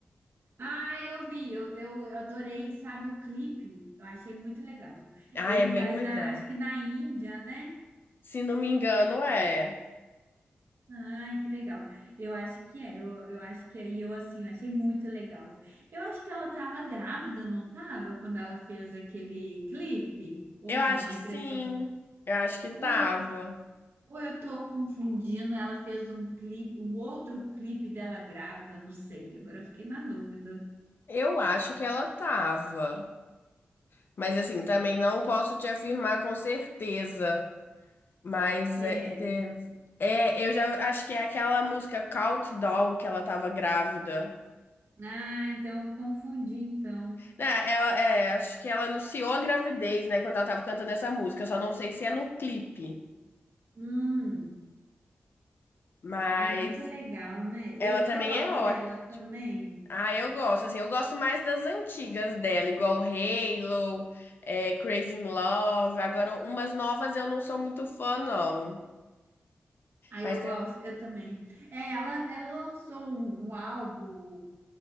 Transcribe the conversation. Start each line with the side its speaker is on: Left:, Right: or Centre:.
Right: Ai, eu vi, eu, eu, eu adorei, sabe, o clipe. Eu achei muito legal. Ele
Left: Ah, é bem
Right: faz
Left: legal.
Right: na, acho que na Índia, né?
Left: Se não me engano, é.
Right: Ai, que legal. Eu acho que é, eu, eu acho que aí eu assim, eu achei muito legal. Eu acho que ela tava grávida, não tava, quando ela fez aquele clipe, ou
Left: Eu
Right: não,
Left: acho
Right: a
Left: que
Right: impressão.
Left: sim. Eu acho que tava.
Right: Ou, ou eu tô confundindo, ela fez um clipe, um outro clipe dela grávida, eu não sei. Agora eu fiquei na dúvida.
Left: Eu acho que ela tava. Mas assim, também não posso te afirmar com certeza. Mas
Right: É.
Left: é, teve- é, eu já acho que é aquela música Countdown que ela tava grávida.
Right: Ah, então eu confundi então.
Left: Né, ela, é, acho que ela anunciou a gravidez, né, quando ela tava cantando essa música. Eu só não sei se é no clipe.
Right: Hum.
Left: Mas
Right: Ai, muito legal, né?
Left: ela
Right: Eu,
Left: também
Right: você gosta
Left: é ótima.
Right: dela também?
Left: Ah, eu gosto, assim, eu gosto mais das antigas dela, igual Halo, é, Crazy in Love. Agora, umas novas eu não sou muito fã, não.
Right: Aí
Left: Mas
Right: eu
Left: tem
Right: gosto,
Left: umas...
Right: eu também. É, ela, ela lançou um, um álbum